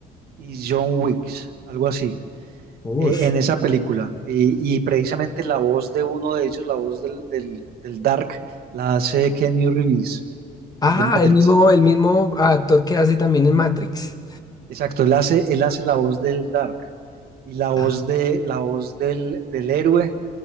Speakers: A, on the right; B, on the left.
A: y John Wick, algo así,
B: Uy.
A: eh, en esa película. Y, y precisamente la voz de uno de ellos, la voz del, del, del Dark, la hace Kenny Reeves, el
B: Ah,
A: de Matrix.
B: el mismo, el mismo actor que hace también en Matrix.
A: Exacto, él hace, él hace la voz del Dark. Y la voz
B: Ah,
A: de, la voz del, del héroe